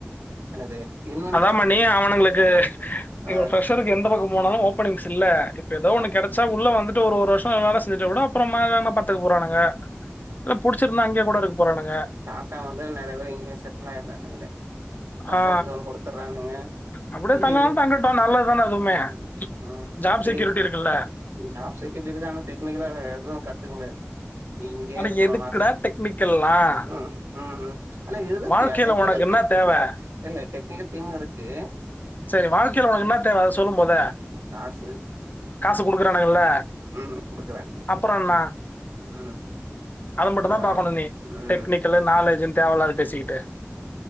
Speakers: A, on the right; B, on the left.
A: என்னது இன்
B: அதா மணி அவனுங்களுக்கு
A: ஆ
B: இங்க பிரஷருக்கு எந்த பக்கொ போனாலு ஓபனிங்ஸ்இல்ல இப்ப ஏதோ ஒன்னு
A: ஓகே
B: கெடச்சா உள்ள வந்துட் இன்னு ஒரு ஒரு வருஷோ வேல செஞ்சிட்டா கூட அப்புறமா எதனா பாத்துக்க போறாங்னுங்க இல்ல புடிச்சிருந்தா அங்கே கூட இருக் போறானுங்க
A: டாடா வந்தா நெறைய பேர் இங்கே செட்டில் ஆய்டுறானுங்களே கம்ஃபர்ட்
B: ஆ.
A: ஜோன் குடுத்துட்றானுங்க
B: அப்படியே
A: லீவு
B: தங்கனாலும் தங்கட்டும். நல்லது தானே அதுவுமே.
A: ம்ம் ம்
B: ஜாப் செக்யூரிட்டி
A: லீவு
B: இருக்குல்ல.
A: ஜாப் செக்யுரீட்டி இருக்கு ஆனா டெக்னிக்கலா எது கத்துக்க முடியாது நீ இங்கே
B: ஆனா
A: இருக்குணு
B: எதுக்குடா
A: லாஸ்ட்
B: டெக்னிக்கல்லாம்?
A: ம் ம் ஆனா எதுக்கியா
B: வாழ்க்கையில
A: டெக்னிகல்
B: உனக்கு என்ன
A: டீம்
B: தேவை?
A: இல்ல டெக்னிக்கல் டீமு இருக்கு
B: சரி வாழ்க்கைல ஒனக்கு என்னா தேவ அத சொல்லு மொத
A: காசு
B: காசு குடுக்குறானுங்ள
A: ம் குடுக்குறானுங்க
B: அப்றென்னா
A: ம்
B: அத மட்டுதா
A: அதா
B: பாக்குணு நீ
A: ம்
B: டெக்னிக்கலு நாலேஜுனு தேவையில்லாத பேசிக்கிட்டு